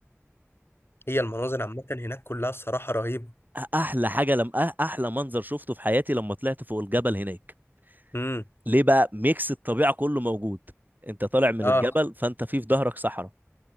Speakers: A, on the left (about 50°); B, on the right (about 35°).
A: هي المناظر عامة هناك كلها الصراحة رهيبة
B: احلى حاجه لم أه- احلى منظر شفته في حياتي لما طلعت فوق الجبل هناك
A: امم
B: ليه بقى ميكس الطبيعه كله موجود انت طالع من
A: اه
B: الجبل فانت في في ظهرك صحراء